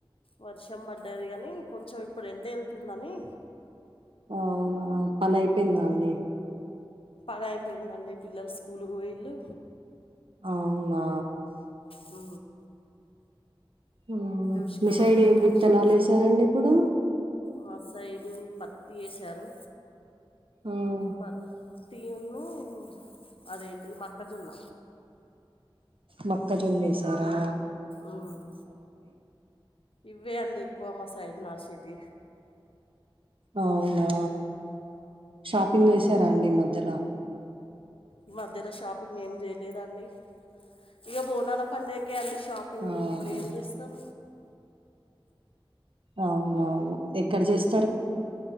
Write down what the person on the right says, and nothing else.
అవునా పనైపోయిందా అండి
అవునా
ఉం
మీ సైడ్
ఏం
విత్తనాల్ ఏసారండి ఇప్పుడు
ఉం
మక్కజొన్న ఏసారా
అవునా షాపింగ్
చేసారా అండి ఈ మధ్యలో
అవునా
అవునవును ఎక్కడ జేస్